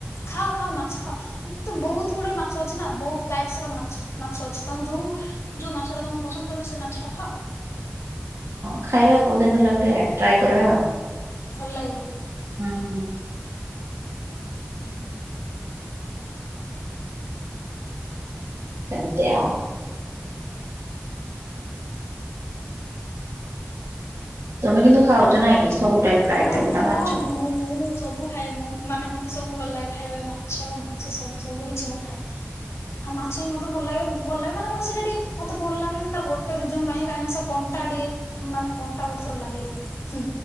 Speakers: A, on the left; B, on the right.
A: ଖାଅ ଖାଅ ମାଛ ଖାଅ ତ ବହୁତ ଗୁଡେ ମାଛ ଅଛି ନା ବହୁତ ଟାଇପସ ର ମାଛ ମାଛ ଅଛି ତମ ଯୋଉ। ଯୋଉ ମାଛ ଟା ତମକୁ ପସନ୍ଦ ତମେ ସେ ମାଛଟା ଖାଅ।
B: ହଁ ଖାଇବା କୋଉଦିନ ହେଲେ ଗୋଟେ ଟ୍ରାଏ କରିବା ଆଉ।
A: ଭଲ ଲାଗିବ।
B: ହଁ।
A: ହୁଁ।
B: ଚାଲିଚି ଆଉ। ତମେ କିନ୍ତୁ ଖାଉଛ ନା କି? ସବୁ ଟାଇପ ର
A: ହଁ
B: ଆଇଟମ ଟା
A: ହଁ
B: ମାଛ?
A: ମୁଁ ମୁଁ ସବୁ। ଖାଏ ମୁଁ ମାନେ ମତେ ସବୁ ଭଲ ଲାଗେ ଖାଇବା ପାଇଁ ମାଛ ମାଂସ ସବୁ ସବୁ କିଛି ମୁଁ ଖାଏ। ହଁ ମାଛ ବି ମତେ ଭଲ ଲାଗେ <unintelligible> ଭଲ ଲାଗେ ମାନେ କଣ ସେଇଟା ଟିକେ ମତେ ଭଲ ଲାଗେନି ତା ଗୋଟେ ରିଜନ୍‌ ପାଇଁ କାଇଁ ନା ସେ କ କଣ୍ଟା ଟିକେ ଉଁ ମାନେ କଣ୍ଟା ଗୋଟେ ଥର ଲାଗି ଯାଇଥିଲା ହୁଁ